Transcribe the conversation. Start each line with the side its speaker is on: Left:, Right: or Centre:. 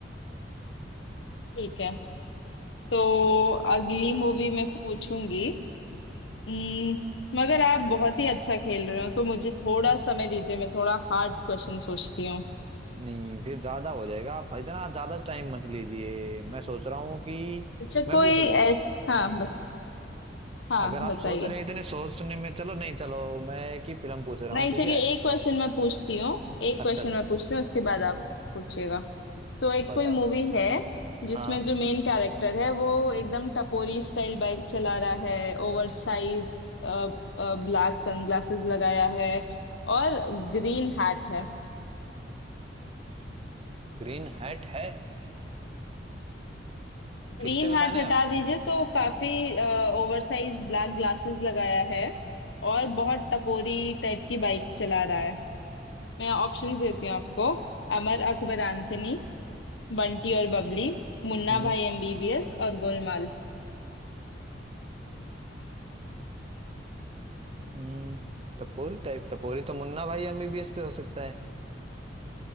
Left: ठीक है तो अगली मूवी मैं पूछूंगी हम्म, मगर आप बहुत ही अच्छा खेल रहे हो तो मुझे थोड़ा समय दीजिए मैं थोड़ा हार्ड क्वेश्चन सोचती हूँ
Right: नहीं फिर ज्यादा हो जाएगा आप इतना ज्यादा टाइम मत लीजिए मैं सोच रहा हूँ कि
Left: अच्छा
Right: मैं
Left: कोई
Right: पूछ लेता
Left: ऐस हाँ हाँ
Right: अगर आप
Left: बताइए
Right: सोच रहे हैं इतने सोचने में चलो नहीं चलो मैं एक ही फिल्म पूछ रहा
Left: नहीं
Right: हूँ
Left: चलिए
Right: ठीक है
Left: एक क्वेश्चन मैं पूछती हूँ एक
Right: अच्छा
Left: क्वेश्चन
Right: अच्छा
Left: मैं पूछती हूँ उसके बाद आप पूछिएगा तो एक
Right: बता
Left: कोई मूवी है जिसमें
Right: हाँ
Left: जो मेन कैरेक्टर है वो एकदम टपोरी स्टाइल बाइक चला रहा है ओवर साइज ब्लैक सनग्लासेस लगाया है और ग्रीन हैट है
Right: ग्रीन हैट है
Left: ग्रीन
Right: फिर से बताना
Left: हैट हटा
Right: आप
Left: दीजिए तो काफी ओवर साइज ब्लैक ग्लासेस लगाया है और बहुत टपोरी टाइप की बाइक चला रहा है मैं ऑप्शंस देती हूँ आपको अमर अकबर एंथनी बंटी और बबली मुन्ना
Right: हम्म
Left: भाई एमबीबीएस और गोलमाल
Right: हम्म टपोरी टाइप टपोरी तो मुन्ना भाई एमबीबीएस पे हो सकता है